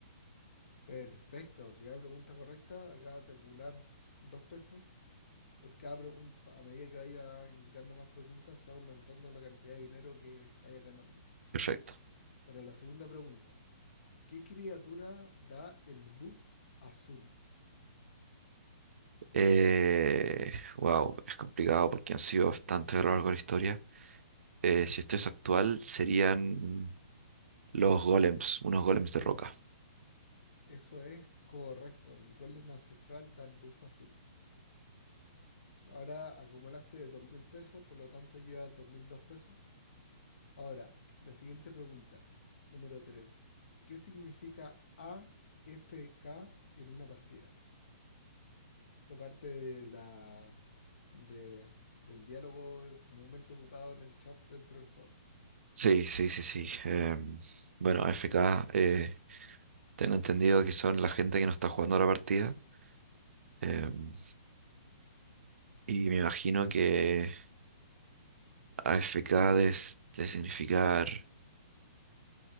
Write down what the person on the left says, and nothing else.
Perfecto, primera pregunta correcta, acabas de acumular dos pesos. Por cada pregunta, a medida que vaya indicando más preguntas, se va aumentando la cantidad de dinero que vaya ganando.
Para la segunda pregunta, ¿qué criatura da el buff azul?
Eso es correcto, el golem ancestral da el buff azul. Ahora acumulaste 2.000 pesos, por lo tanto llevas 2.002 pesos. Ahora, la siguiente pregunta, número 3: ¿Qué significa a f k en una partida? Esto parte de la, de- del diálogo comúnmente ocupado en el chat dentro del juego.